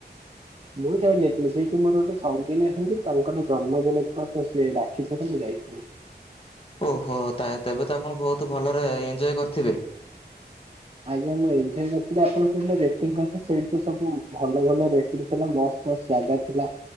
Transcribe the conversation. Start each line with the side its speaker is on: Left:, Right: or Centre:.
Right: ମୁଁ ଯାହା ନେଇଥିଲି ସେଇଠୁ ମୋର ଗୋଟେ ସଙ୍ଗିନୀ ଅଛନ୍ତି ତାଙ୍କର ଜନ୍ମଦିନ ଥିଲା ତ ସେ ଡାକିଥିଲେ ମୁଁ ଯାଇଥିଲି।
Left: ଓହୋ ତେବେ ତ ଆପଣ ବହୁତ ଭଲରେ ଏଞ୍ଜୟ କରିଥିବେ?
Right: ଆଜ୍ଞା ମୁଁ ଏବିଷୟ କରିଥିଲି ଆପଣ କହୁଥିଲେ ରେଟିଂ କଥା ସେଇଠୀ ତ ସବୁ ଭଲ ଭକ ରେଟିଂ ଥିଲା ମସ୍ତ ବସ୍ ଜାଗା ଥିଲା